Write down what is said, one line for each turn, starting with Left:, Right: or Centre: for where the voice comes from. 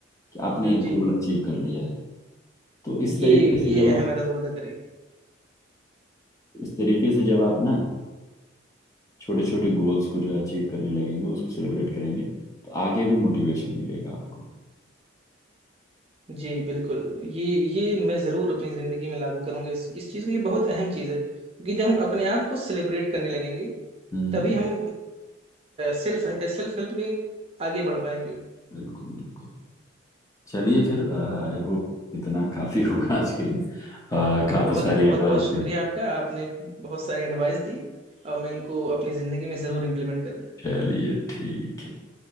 Left: कि आपने
Right: हम्म,
Left: एक
Right: जी
Left: गोल अचीव कर लिया है तो इस
Right: ये
Left: तरीके से
Right: ये
Left: जब आप
Right: अहम अदर करेगी
Left: इस तरीके से जब आप ना छोटे छोटे गोल्स को जो है अचीव करने लगेंगे उसको सेलिब्रेट करेंगे तो आगे भी मोटिवेशन मिलेगा आपको
Right: जी बिल्कुल ये ये मैं जरूर अपनी जिंदगी में लागू करूंगा इस इस चीज को ये बहुत अहम चीज है कि जब हम अपने आप को सेलिब्रेट करने लगेंगे
Left: हम्म
Right: तभी हम सेल्फ सेल्फ हेल्प में आगे बढ़ पाएंगे
Left: बिल्कुल बिल्कुल चलिए फिर आई होप इतना काफी होगा आज के लिए अ, काफी
Right: बहुत
Left: <laughs> सारी
Right: बहुत
Left: एडवाइस
Right: बहुत शुक्रिया आपका आपने बहुत सारी एडवाइस दी और मैं इनको अपनी जिंदगी में जरूर इम्प्लीमेंट करूंगा
Left: चलिए ठीक है